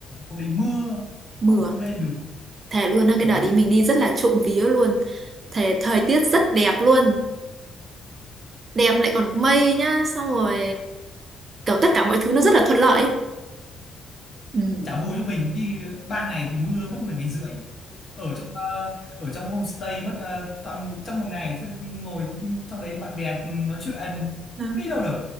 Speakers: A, on the left; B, on the right.
A: hôm đấy mưa
B: mưa
A: xong rồi không lên được.
B: Thề luôn
A: Không
B: á
A: ở
B: cái đợt
A: gì.
B: đi mình đi rất là trộm vía luôn Thề thời tiết rất đẹp luôn Đẹp lại còn mây nhá Xong rồi kiểu tất cả mọi thứ nó rất là thuận lợi ấy. Ừ.
A: chả vui cho mình đi 3 ngày thì mưa mất một ngày rưỡi ở trong ờ, ở trong homestay mất ờ, toàn trong một ngày thế ngồi trong đấy bạn bè nói chuyện không
B: <laughs>
A: đi đâu được